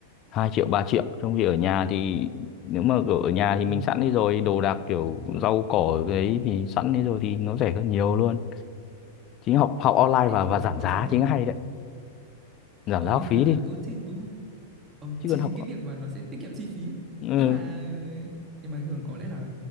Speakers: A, on the left; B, on the right.
A: hai triệu ba triệu trong khi ở nhà thì nếu mà kiểu ở nhà thì
B: ờ
A: mình sẵn đi rồi đồ đạc kiểu rau cỏ ở đấy thì sẵn đi rồi thì nó rẻ hơn nhiều luôn chính học học online
B: để
A: và
B: rõ
A: và giảm
B: đấy rõ
A: giá
B: ràng
A: chính
B: ấy
A: hay đấy giảm
B: ờ
A: giá học
B: nhưng mà
A: phí đi
B: ừ thì đúng rồi Ờ,
A: chứ
B: chỉ
A: còn
B: vì
A: học
B: cái việc mà nó sẽ tiết kiệm chi phí ấy.
A: ừ,
B: nhưng mà nhưng mà thường có lẽ là